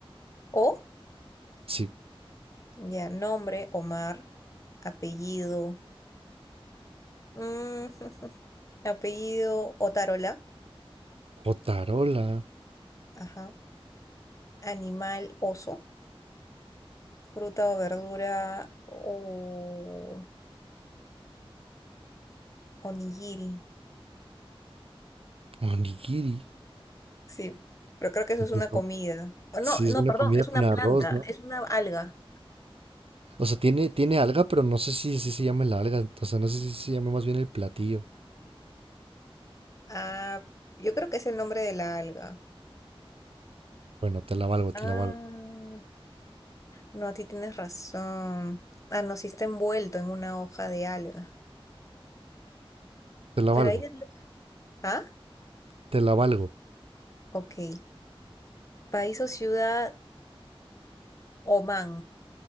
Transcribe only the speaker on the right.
Sí,
o tarola,
onigiri.
Pues
no,
Sí, es
una
comida
con
arroz,
¿no?
O sea, tiene, tiene alga, pero no sé si, si se llama la alga. O sea, no sé si se llama más bien el platillo.
Bueno, te la valgo, te
la valgo.
Te la
valgo,
te la valgo.